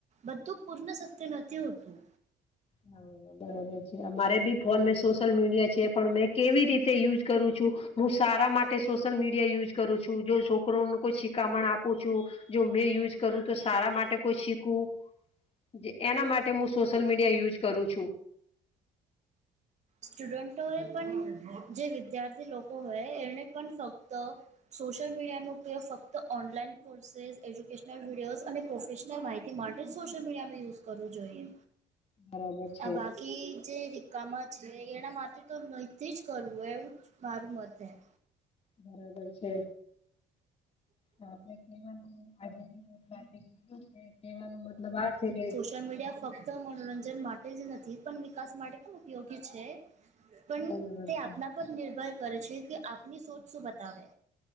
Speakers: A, on the right; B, on the left.
A: બધું પૂર્ણ સત્ય નથી હોતું.
B: હવો બરાબર છે અમારે બી ફોન મેં સોશિયલ મીડિયા છે પણ મેં કેવી રીતે યુઝ કરું છું. હું સારા માટે સોશિયલ મીડિયા યુઝ કરું છું જો છોકરોનું કોઈ શી્ખામણ આપું છુ. જો મેં યુઝ કરું તો સારા માટે કોઈ શીખવું જે એના માટે હું સોશિયલ મીડિયા યુઝ કરું છુ.
A: સ્ટુડન્ટો એ પણ જે વિદ્યાર્થી લોકો હોય, એને પણ ફક્ત સોશિયલ મીડિયા નો ઉપયોગ ફક્ત ઓનલાઈન કોર્સ એજ્યુકેશનલ વિડયો અને પ્રોફેશનલ માહિતી તે માટે જ સોશિયલ મીડિયામાં યુઝ કરવું જોઈએ
B: બરાબર છે
A: આ બાકી જે રિકમાં એના માટે તો નહથી જ કરવું એવું જ મારું મત હૈ.
B: બરાબર છે. આપ કેવાનું આજ કેવાનો મતલબ આ છેકે
A: સોશયલ મીડિયા ફક્ત મનોરંજન માટે જ નથી પણ વિકાસ માટે પણ ઉપયોગી છે. પણ
B: બરાબર
A: તે
B: છે
A: આપના પર નિર્ભર કરે છે કે આપની સોચ શું બતાવે.